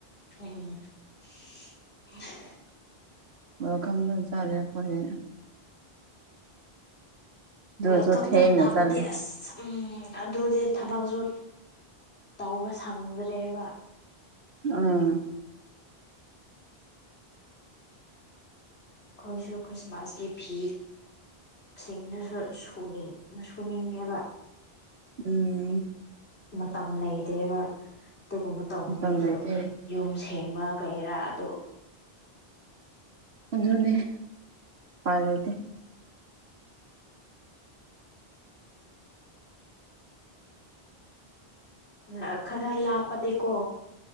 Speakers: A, on the left; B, on the right.
A: ꯎꯝ <unintelligible>
B: ꯋꯦꯜꯀꯝꯗ ꯆꯠꯂꯦ ꯑꯈꯣꯢꯅꯤ ꯑꯗꯨꯁꯨ
A: ꯋꯦꯜꯀꯝꯅ
B: ꯊꯦꯡꯅ
A: ꯂꯥꯛꯄꯗꯤ
B: ꯆꯠꯂꯦ
A: ꯑꯁ ꯎꯝ ꯑꯗꯨꯗꯤ ꯊꯕꯛꯁꯨ ꯇꯧꯕ ꯁꯪꯗ꯭ꯔꯦꯕ
B: ꯎꯝ
A: ꯈꯣꯢꯁꯨ ꯈ꯭ꯔꯤꯁꯃꯥꯁꯀꯤ ꯐꯤ ꯁꯤꯡꯗꯨꯁꯨ ꯁꯨꯨꯅꯤꯡ ꯁꯨꯅꯤꯡꯉꯦꯕ
B: ꯎꯝ
A: ꯃꯇꯝ ꯂꯩꯇꯦꯕ ꯑꯗꯨꯒꯨꯝꯕ ꯇꯧꯅꯕꯗꯣ
B: ꯃꯇꯝ ꯂꯩꯇꯦ
A: ꯌꯨꯝ ꯁꯦꯡꯕ ꯀꯩꯔꯥ ꯑꯗꯨ
B: ꯑꯗꯨꯅꯤ ꯎꯄꯥꯢ ꯂꯩꯇꯦ
A: ꯅ ꯈꯔ ꯂꯥꯞꯄꯗꯤꯀꯣ